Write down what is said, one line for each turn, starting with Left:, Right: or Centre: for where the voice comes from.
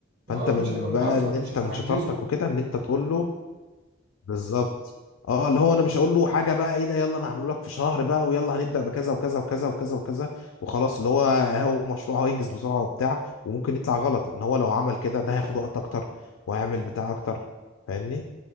Left: فانت
Right: اه
Left: من
Right: مش هيبقى مغفل
Left: بقى ان
Right: مش
Left: انت
Right: هتعجزه
Left: من شطارتك وكده ان انت تقول له بالظبط اه اللي هو انا مش هقول له حاجه بقى ايه ده يلا انا هعمله لك في شهر بقى ويلا هنبدا بكذا وكذا وكذا وكذا وكذا وخلاص اللي هو هو مشروع هينجز بسرعه وبتاع وممكن يطلع غلط ان هو لو عمل كده ده هياخد وقت اكتر وهيعمل بتاع اكتر فاهمني